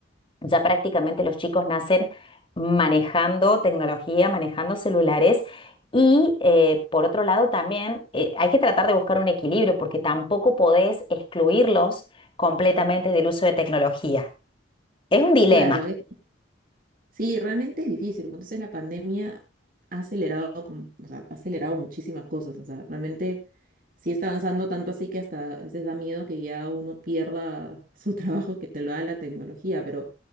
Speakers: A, on the left; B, on the right.
A: ya prácticamente los chicos nacen manejando tecnología, manejando celulares. Y eh, por otro lado también eh, hay que tratar de buscar un equilibrio porque tampoco podés excluirlos completamente del uso de tecnología. Es un dilema.
B: claro, es Sí, realmente es difícil. Como tú dices, la pandemia ha acelerado, con- o sea, ha acelerado muchísimas cosas. O sea, realmente sí está avanzando tanto así que hasta a veces da miedo que ya uno pierda <laughs> su trabajo y que te lo da la tecnología. Pero